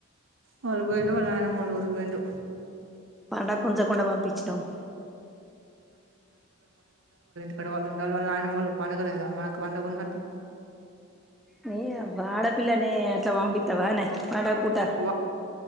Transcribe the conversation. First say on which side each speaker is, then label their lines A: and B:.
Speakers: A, on the right; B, in the centre.
A: వాళ్ళు పోయిర వాళ్ళ నాయనమోళ్ల ఊరుకి పోయిర్లు.
B: పండగకి ఉంచకుండా పంపించినవు.
A: ఇక్కడ వాళ్ళు ఉండాలి వాళ్ళ నాయనమ్మలకు పండగలేదా మనకు పండగున్నట్
B: నే అవ్వ ఆడపిల్లనే అట్లా పంపిత్తవానే. పండగ పూట
A: వా